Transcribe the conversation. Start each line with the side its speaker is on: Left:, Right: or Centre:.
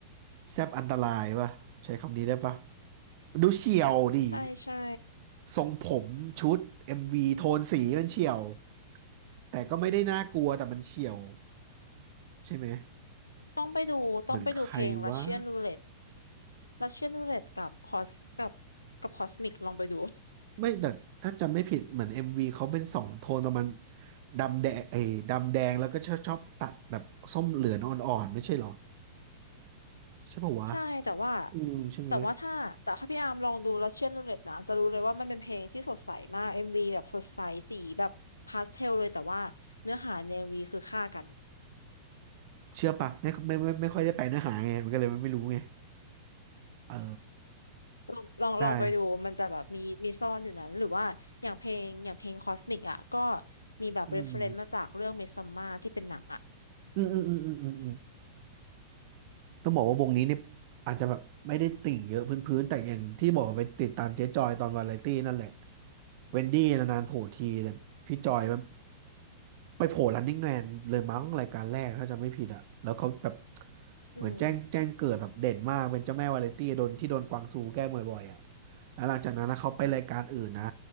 Right: แซบอันตรายป่ะใช้คำนี้ได้ป่ะมันดูเฉี่ยวดิ
Left: ใช่ใช่
Right: ทรงผมชุดเอ็มวีโทนสีมันเฉี่ยวแต่ก็ไม่ได้น่ากลัวแต่มันเฉี่ยวใช่ไหม
Left: ต้องไปดูต้องไปดูเพลง
Right: เหมือนใครวะ
Left: Russian Roulette Russian Roulette กับคอสกับกับ Cosmic ลองไปดู
Right: ไม่แต่ถ้าจำไม่ผิดเหมือนเอ็มวีเขาเป็นสองโทนประมาณดำแดงเอ้ยดำแดงแล้วก็ชอบชอบตัดแบบส้มเหลืองอ่อนๆไม่ใช่เหรอใช่ปะวะ
Left: ใช่แต่ว่า
Right: อืมใช่ไหม
Left: แต่ว่าถ้าแต่ถ้าพี่อาร์มลองดู Russian Roulette นะจะรู้เลยว่ามันเป็นเพลงที่สดใสมาก MV แบบสดใสสีแบบพาสเทลเลยแต่ว่าเนื้อหาใน MV คือฆ่ากัน
Right: เชื่อปะไม่ไม่ไม่ไม่ค่อยได้ไปเนื้อหาไงมันก็เลยไม่รู้ไงเออ
Left: ลองลองลองไปดูมันจะแบบมีมีซ่อนอยู่นั้นหรือว่าอย่างเพลงอย่างเพลง
Right: ได้
Left: Cosmic อสมิกอ่ะก็มีแบบ
Right: อืม
Left: reference มาจากเรื่อง Midsommar ที่เป็นหนังอ่ะ
Right: อืมอืมอืมอืมอืม ต้องบอกว่าวงนี้เนี่ยอาจจะแบบไม่ได้ติ่งเยอะพื้นๆแต่อย่างที่บอกไปติดตามเจ๊จอยตอนวาไรตี้นั่นแหละเวนดี้นานๆโผล่ทีแต่พี่จอยแบบไปโผล่ Running Man เลยมั้งรายการแรกถ้าจำไม่ผิดอะแล้วเขาแบบเหมือนแจ้งแจ้งเกิดแบบเด่นมากเป็นเจ้าแม่วาไรตี้โดนที่โดนกวางซูแกล้งบ่อยๆอะ
Left: อืม
Right: แล้วหลังจากนั้นนะเขาไปรายการอื่นนะ